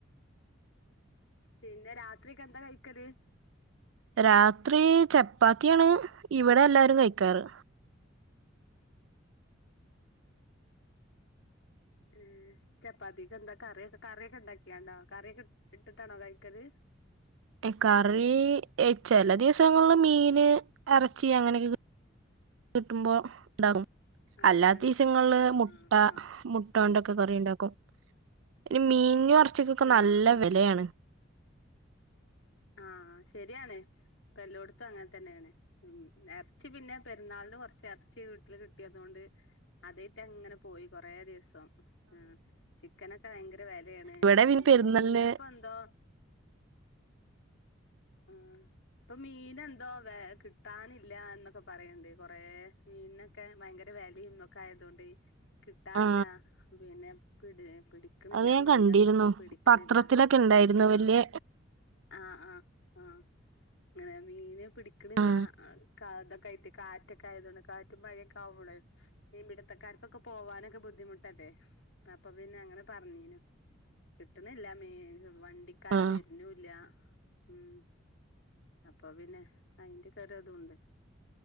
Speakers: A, on the left; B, on the right.
A: പിന്നെ രാത്രിക്ക എന്താ കഴിക്കല്
B: രാത്രി ചപ്പാത്തിയാണ് ഇവിടെ എല്ലാരും കഴിക്കാറ്
A: മ് ചപ്പാത്തിക്ക് എന്താ കറിയൊക്ക കറിയൊക്ക ഉണ്ടാക്കിയാണ്ടോ കറിയൊക്ക ഇട്ടിട്ടാണോ കഴിക്കത്
B: കറി ചെല ദിവസങ്ങള് മീന് എറച്ചി അങ്ങനെയൊക്കെ കി കിട്ടുമ്പോൾ ഉണ്ടാകും
A: ആഹ്
B: അല്ലാത്തീസങ്ങള്ള്
A: അങ്ങനെണ്ട് ആഹ്
B: മുട്ട
A: ആഹ് ആഹ്
B: മുട്ടാന്റെ ഒര് മീനും ഇറ <unintelligible>
A: ആഹ്
B: നല്ല
A: ആഹ്
B: വെലയാണ്
A: ആഹ് ശരിയാണ് പ്പ എല്ലോട്ത്തും അങ്ങൻ തന്നേണ് ഉ ഇറച്ചി പിന്നെ പെരുന്നാളിന് കൊറച്ച് ഇറച്ചി വീട്ടിൽ കിട്ടിയതുകൊണ്ട് അതേയിറ്റ് അങ്ങനെ പോയി കൊറേ ദിവസം ആ ചിക്കനൊക്കെ ഭയങ്കര വെലേണ്
B: ഇവിടെ
A: പിന്നെ
B: പെരുന്നാളിന്
A: മീന് ഇപ്പൊ എന്തോ ആ ഇപ്പം മീന് എന്തൊ വേ കിട്ടാനില്ല എന്നൊക്കെ പറയണ്ട് കൊറേ മീൻനൊക്കെ ഭയങ്കര വേലിം ഇന്നൊക്കെ ആയതുകൊണ്ട് കിട്ടാല്ല
B: ആ
A: പിന്നെ പിടെ പിടിക്കണില്ല
B: അത് ഞാൻ
A: മീനൊന്നും
B: കണ്ടിരുന്നു
A: ഇപ്പൊ പിടിക്കണില്ല
B: പത്രത്തിലൊക്കെ ഉണ്ടായിരുന്നു
A: ആ
B: വലിയ
A: ആ ആ ആ അങ്ങനെ മീന് പിടിക്കണില്ല
B: ആ
A: <unintelligible> ക്കയിട്ട് കാറ്റൊക്കെ ആയതൊണ്ട് കാറ്റും, മഴയൊക്കെ ആവുമ്പളെ മീൻ പിടുത്തക്കാർക്കൊക്കെ പോവാനൊക്കെ ബുദ്ധിമുട്ടല്ലേ അപ്പൊ പിന്നെ അങ്ങനെ പറഞ്ഞീനു കിട്ടണില്ല മീ വണ്ടിക്കാരം
B: ആ
A: വരുന്നുല്ല ഉം അപ്പൊ പിന്നെ അയിന്റെക്ക ഒരുതുണ്ട്